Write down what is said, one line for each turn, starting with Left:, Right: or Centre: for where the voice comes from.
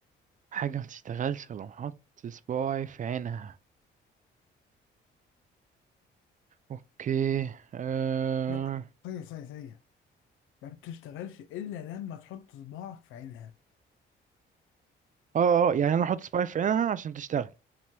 Right: حاجة ما تشتغلش لو حط صباعي في عينها اوكي أه...
Left: لا ثانية ثانية ثانية ما بتشتغلش إلا لما تحط صباعك في عينها
Right: اه اه اه، يعني انا احط سباي في عينها عشان تشتغل